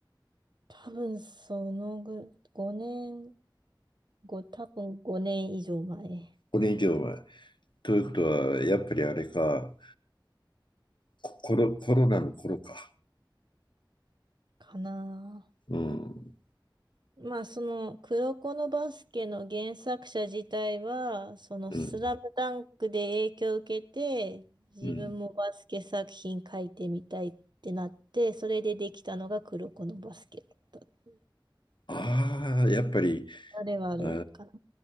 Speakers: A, on the right; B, on the left.
A: 多分そのぐ、5年、ご、多分5年以上前
B: 5年以上前。ということは、やっぱりあれか、ココロ、コロナの頃か。
A: かな。
B: うん
A: まあその黒子のバスケの原作者自体は、そのスラムダンクで影響を受けて、
B: うん
A: 自分もバスケ作品書いてみたいってなって、
B: うん。
A: それでできたのが黒子のバスケ。だった
B: ああ、やっぱり、
A: あれはあるかな。
B: あ